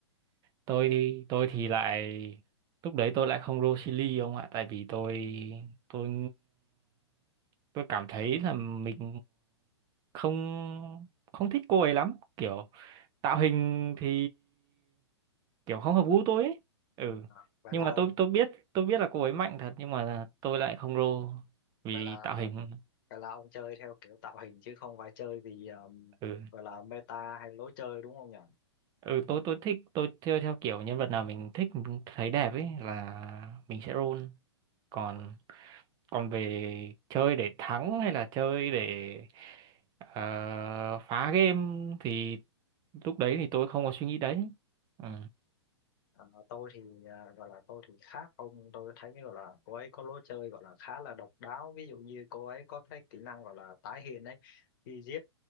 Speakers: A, on the right; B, on the left.
A: tôi thì tôi thì lại lúc đấy tôi lại không roll chili ông ạ tại vì tôi tôi tôi cảm thấy là mình không không thích cô ấy lắm kiểu tạo hình thì kiểu không hợp gu tôi ấy. ừ
B: Ờ, vậy
A: nhưng
B: là
A: mà
B: ông
A: tôi tôi biết tôi biết là cô ấy mạnh thật nhưng mà tôi lại không roll vì
B: vậy là
A: tạo hình
B: vậy là ông chơi theo kiểu tạo hình chứ không phải chơi vì ờ,
A: ừ
B: gọi là meta hay lối chơi đúng không nhỉ
A: ừ tôi tôi thích tôi theo theo kiểu nhân vật nào mình thích mình thấy đẹp ấy là mình sẽ roll còn
B: À.
A: còn về chơi để thắng hay là chơi để ờ, phá game thì lúc đấy thì tôi không có suy nghĩ đấy ừ.
B: Ờ, tôi thì à, gọi là tôi thì khác ông tôi thấy gọi là cô ấy có lối chơi gọi là khá là độc đáo ví dụ như cô ấy có cái kỹ năng gọi là tái hiện ấy khi giết